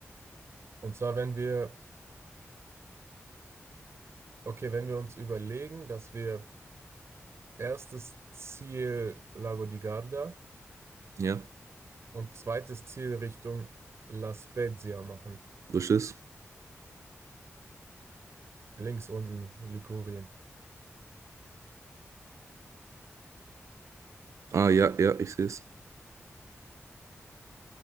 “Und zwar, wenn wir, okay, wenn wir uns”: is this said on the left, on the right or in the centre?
Right